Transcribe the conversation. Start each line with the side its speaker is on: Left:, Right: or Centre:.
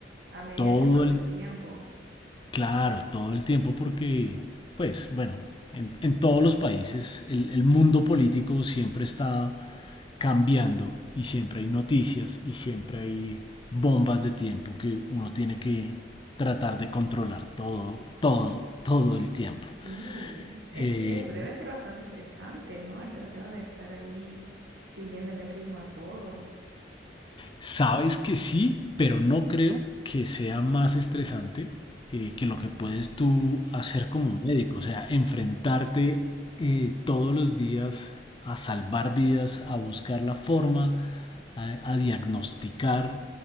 Right: a medida
Left: Todo
Right: que pasa
Left: el
Right: el tiempo.
Left: Claro, todo el tiempo porque, pues, bueno, en, en todos los países el, el mundo político siempre está cambiando y siempre hay noticias y siempre hay bombas de tiempo que uno tiene que tratar de controlar todo, todo, todo el tiempo.
Right: Sí,
Left: Eh,
Right: es, es- debe ser bastante estresante, ¿no? El tratar de estar ahí siguiéndole el ritmo a todo.
Left: Sabes que sí, pero no creo que sea más estresante eh, que lo que puedes tú hacer como médico, o sea, enfrentarte eh, todos los días a salvar vidas, a buscar la forma, a, a diagnosticar.